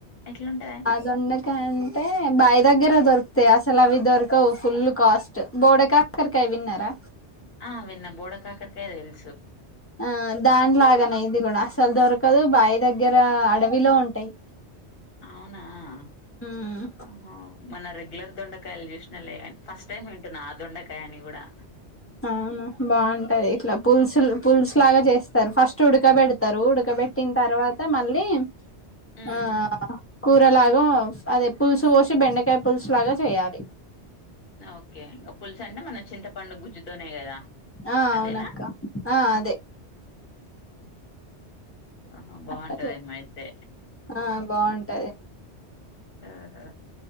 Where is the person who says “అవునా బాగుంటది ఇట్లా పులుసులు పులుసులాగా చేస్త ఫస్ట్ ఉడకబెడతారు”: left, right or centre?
Left